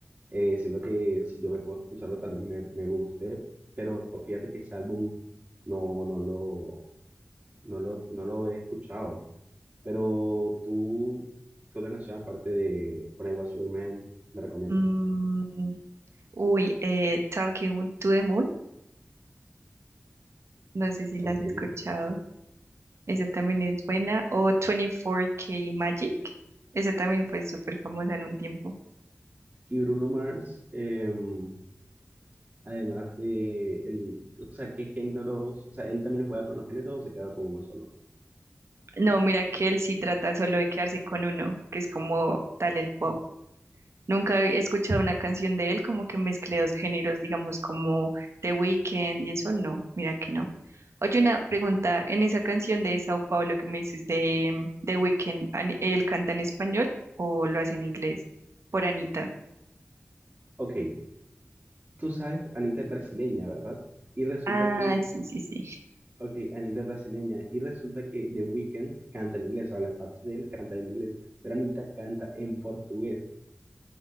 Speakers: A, on the right (about 30°); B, on the right (about 70°).
A: Eh, siento que si yo me puedo escucharlo, tal vez me, me guste, pero fíjate que ese álbum no, no lo, no lo, no lo he escuchado. Pero tú, ¿qué otra canción aparte de When I Was Your Man me recomiendas?
B: Mm, uy, eh, Talking to the Moon. No sé si la
A: Ok.
B: has escuchado.
A: Y,
B: Esa también es buena. O 24K Magic. Esa también fue súper famosa en un tiempo.
A: y Bruno Mars, em, además de el, o sea, ¿qué géneros? O sea, ¿él también juega con los géneros o se queda con uno solo?
B: No, mira que él sí trata solo de quedarse con uno, que es como tal el pop. Nunca he escuchado una canción de él como que mezcle dos géneros, digamos, como The Weeknd y eso, no, mira que no. Oye, una pregunta, en esa canción de Sao Paulo que me dices de mm, The Weeknd, ¿an- ¿él canta en español o lo hace en inglés? Por Anita.
A: Ok, tú sabes, Anita es brasileña, ¿verdad? Y resulta
B: Ah,
A: que
B: sí, sí, sí.
A: Ok, Anita es brasileña. Y resulta que The Weeknd canta en inglés, o sea, las partes de él canta en inglés, pero Anita canta en portugués.